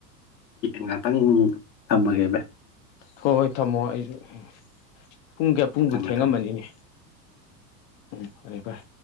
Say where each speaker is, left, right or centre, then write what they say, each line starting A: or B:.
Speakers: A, on the left; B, on the left.
A: ꯉꯥꯛꯇꯪ ꯊꯝꯃꯒꯦ ꯚꯥꯏ꯫
B: ꯍꯣ ꯍꯣꯏ ꯊꯝꯃꯣ ꯑꯩꯁꯨ ꯎꯝ꯫ ꯄꯨꯡ ꯀꯌꯥ ꯄꯨꯡꯕꯨ
A: ꯊꯝꯃꯦ
B: ꯊꯦꯡꯉꯝꯃꯅꯤꯅꯦ ꯎꯝ ꯐꯔꯦ ꯙꯥꯏ꯫